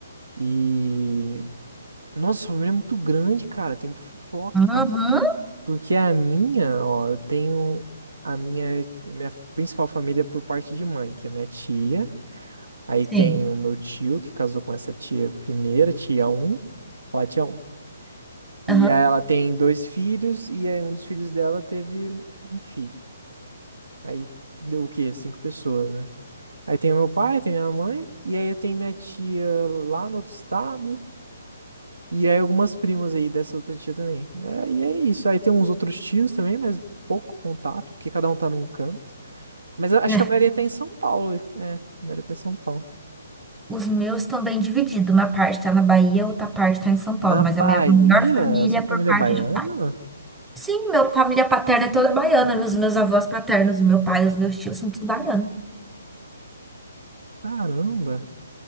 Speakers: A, on the right; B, in the centre.
A: e nossa, sua família é muito grande, cara, tem muita fofoca.
B: Aham,
A: Porque a minha, ó, eu tenho a minha, minha principal família é por parte de mãe, que é minha tia. Aí
B: sim.
A: tem o meu tio, que casou com essa tia primeira, tia um Fala, tia um E
B: Aham.
A: aí ela tem dois filhos, e aí um dos filhos dela teve um filho. Aí deu o quê? Cinco pessoas, né? Aí tem o meu pai, tem minha mãe, e aí tem minha tia lá no outro estado, E aí algumas primas aí dessa outra tia também. É, e é isso. Aí tem uns outros tios também, mas pouco contato, porque cada um tá num canto. Mas eu acho
B: É.
A: que a maioria tá em São Paulo. É, a maioria tá em São Paulo.
B: Os meus estão bem divididos. Uma parte tá na Bahia, outra parte tá em São Paulo.
A: Na
B: Mas
A: Bahia?
B: a minha maior família
A: Sua
B: é
A: família
B: por parte
A: é baiana?
B: de pai. Sim, minha família paterna é toda baiana. Os meus avós paternos, o meu pai, os meus tios são tudo baianos.
A: Caramba.